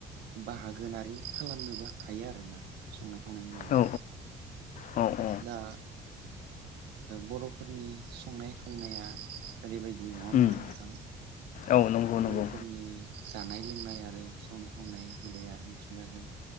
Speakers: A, on the right; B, on the left.
A: बाहागोनारि खालामनोबो हायो आरो ना संनाय खावनायनि बागै
B: औ औ औ
A: दा बर'फोरनि संनाय खावनाया ओरैबायदि नङा होमबा
B: उम
A: नोंथां
B: औ नंगौ नंगौ
A: बर'फोरनि जानाय लोंनाय आरो संनाय खावनाय हुदाया मिथिंगाजों